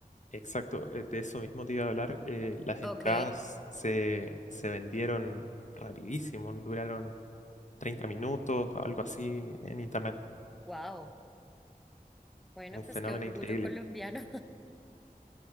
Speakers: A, on the left (about 50°); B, in the centre.
A: Exacto, eh, de eso mismo te iba a hablar. eh, las
B: Ok,
A: entradas se, se vendieron rapidísimo, duraron 30 minutos, algo así en internet.
B: wow. Bueno,
A: Un fenómeno
B: pues qué orgullo
A: increíble.
B: colombiano.